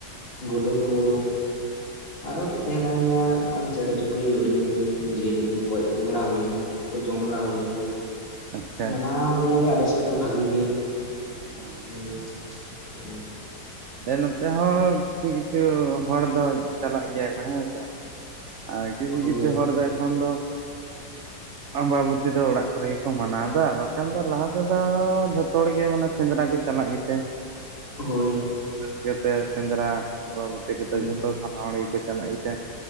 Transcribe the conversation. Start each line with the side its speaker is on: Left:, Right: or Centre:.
Left: ᱜᱩᱰᱩ ᱠᱚ ᱟᱨᱦᱚ ᱠᱚ ᱛᱟᱦᱮᱸ ᱠᱟᱱ ᱜᱮᱭᱟ ᱚᱱᱠᱟᱱ ᱪᱮᱬᱮ ᱪᱩᱯᱲᱤ ᱦᱩᱰᱤᱧ ᱦᱩᱰᱤᱧ ᱡᱤᱭᱟᱹᱞᱤ ᱠᱚ ᱜᱚᱡᱜᱩᱭᱟ ᱦᱩᱭ ᱞᱮᱱ ᱜᱮᱭᱟ ᱩᱱᱠᱩ ᱠᱚ ᱡᱚᱢ ᱵᱟᱲᱟ ᱦᱩᱭᱮᱱ ᱜᱮᱭᱟ
Right: ᱟᱪᱪᱷᱟ
Left: ᱢᱟᱱᱟᱣ
Right: ᱟᱪᱪᱷᱟ
Left: ᱜᱮᱭᱟᱞ ᱟᱞ ᱥᱮᱫ ᱫᱚ ᱵᱷᱟᱜᱤ ᱜᱮ
Right: ᱦᱚᱸ᱾
Left: ᱦᱮᱸ ᱦᱮᱸ
Right: ᱫᱮ ᱱᱚᱛᱮ ᱦᱚᱸ ᱠᱤᱪᱷᱩ ᱠᱤᱪᱷᱩ ᱦᱚᱲ ᱫᱚ ᱪᱟᱞᱟᱜ ᱜᱮᱭᱟ ᱠᱚ ᱦᱮᱸ ᱥᱮ ᱟᱨ ᱠᱤᱪᱷᱩ
Left: ᱦᱳᱭ
Right: ᱠᱤᱪᱷᱩ ᱦᱚᱲ ᱫᱚ ᱮᱠᱷᱚᱱ ᱫᱚ ᱟᱢᱵᱟᱵᱚᱛᱤ ᱫᱚ ᱚᱲᱟᱜ ᱠᱚᱨᱮ ᱠᱚ ᱢᱟᱱᱟᱣᱫᱟ ᱵᱟᱠᱷᱟᱱ ᱫᱚ ᱞᱟᱦᱟ ᱛᱮᱫᱚ ᱡᱷᱚᱛᱚ ᱦᱚᱲ ᱜᱮ ᱢᱟᱱᱮ ᱥᱮᱸᱫᱽᱨᱟ ᱠᱚ ᱪᱟᱞᱟᱜ ᱜᱮᱛᱮ
Left: ᱦᱳᱭ
Right: ᱪᱤᱠᱟᱹᱛᱮ ᱥᱮᱸᱫᱽᱨᱟ ᱟᱵᱚᱛᱤ ᱨᱮᱫᱚ
Left: ᱦᱳᱭ
Right: ᱡᱷᱚᱛᱚ ᱥᱟᱱᱟᱢ ᱦᱚᱲ ᱜᱮᱠᱚ ᱪᱟᱞᱟᱜ ᱜᱮᱛᱮ